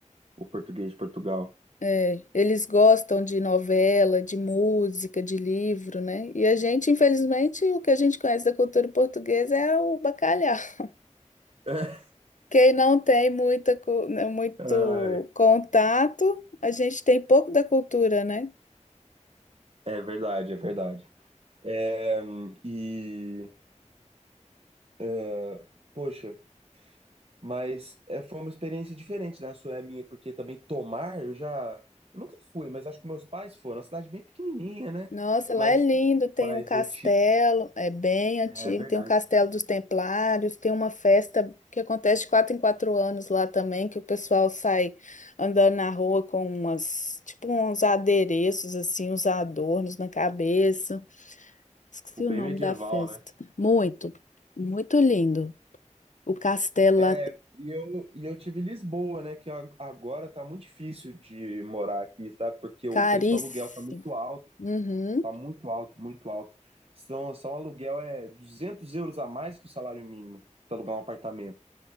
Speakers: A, on the right; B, on the left.
A: o português de Portugal.
B: É, eles gostam de novela, de música, de livro, né? E a gente, infelizmente, o que a gente conhece da cultura portuguesa é o bacalhau. <laughs>
A: <laughs>
B: Quem não tem muita, co- né, muito
A: Ai,
B: contato, a gente tem pouco da cultura, né?
A: É verdade, é verdade. É, e, é, poxa, mas é, foi uma experiência diferente, né? A sua é a minha, porque também tomar, eu já. Eu nunca fui, mas acho que meus pais foram. É Uma cidade bem pequenininha, né?
B: Nossa, lá
A: Mas
B: é lindo, tem
A: mais
B: um castelo,
A: antiga.
B: é bem antigo,
A: É verdade,
B: tem um castelo dos Templários, tem uma festa que acontece de quatro em quatro anos lá também, que o pessoal sai andando na rua com umas, tipo uns adereços assim, uns adornos na cabeça. Esqueci
A: tipo, bem
B: o nome
A: medieval,
B: da festa.
A: né?
B: Muito, muito lindo. O castelo
A: É,
B: lá,
A: e eu, e eu tive Lisboa, né? Que a- agora tá muito difícil de morar aqui, sabe? Porque o
B: caríssimo.
A: preço do aluguel tá muito alto,
B: Uhum.
A: tá muito alto, muito alto. São, só um aluguel é 200 euros a mais que o salário mínimo para alugar um apartamento.